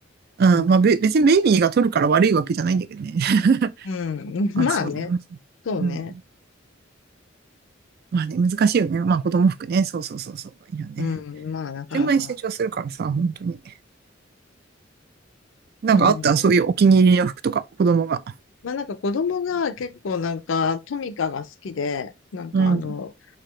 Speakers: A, on the right; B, on the left.
A: ん。
B: うん。
A: うん。まあべ、別にベイビーが取るから悪いわけじゃないんだけどね。<laughs>
B: うん。<laughs>
A: まあ、
B: まあね。
A: そうね。まあそううん。
B: そうね。
A: まあね、難しいよね。まあ子供服ね。そうそうそうそう。いやね。
B: うん。まあなかなか。
A: あっという間に成長するからさ、本当に。なんかあったそういうお気に入りの服とか、
B: うん。
A: 子供が。
B: まあなんか子供が結構なんかトミカが好きで、なんかあの、
A: うん。